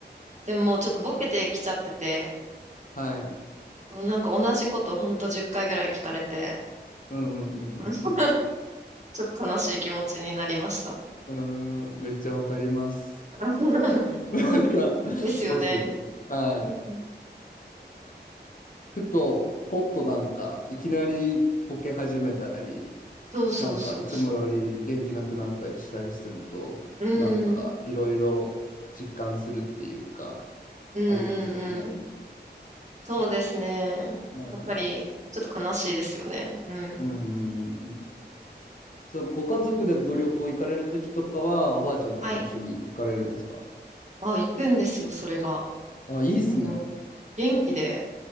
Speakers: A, on the right (about 40°); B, on the left (about 50°).
A: でももうちょっとボケてきちゃってて、
B: はい。
A: もうなんか同じことほんと10回ぐらい聞かれて、
B: うんうんうんうん
A: <laughs> ちょっと悲しい気持ちになりました。
B: うん。うーん、めっちゃわかります。
A: <laughs>
B: なんか、
A: ですよね。
B: そうっすよね。はい。
A: うん
B: ふと、ポッとなんか、いきなりボケ始めたり、
A: そうそうそうそ
B: なんかいつもより元気なくなったりしたりすると、
A: う。う
B: なんかいろいろ実感するっていうか、
A: ん。うんうんうん。
B: ありますよね。
A: そうですね。
B: はい。
A: やっぱり、ちょっと悲しいですよね。うん。
B: うんうんうん。そう、ご家族でご旅行行かれるときとかは、おばあちゃんとかも一緒に行かれるんですか
A: はい。あ、行くんですよ、それが。
B: あ、いいっすね。
A: あの、元気で、